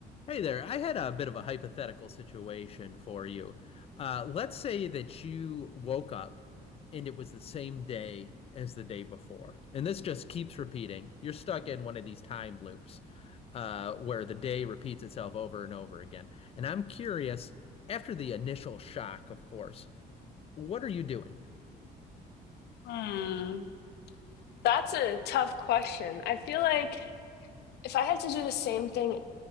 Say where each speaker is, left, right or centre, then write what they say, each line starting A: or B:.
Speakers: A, on the left; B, on the left.
A: Hey there. I had a bit of a hypothetical situation for you. Uh, let's say that you woke up and it was the same day as the day before. And this just keeps repeating. You're stuck in one of these time loops uh, where the day repeats itself over and over again. And I'm curious, after the initial shock, of course, what are you doing?
B: Hmm, that's a tough question. I feel like if I had to do the same thing,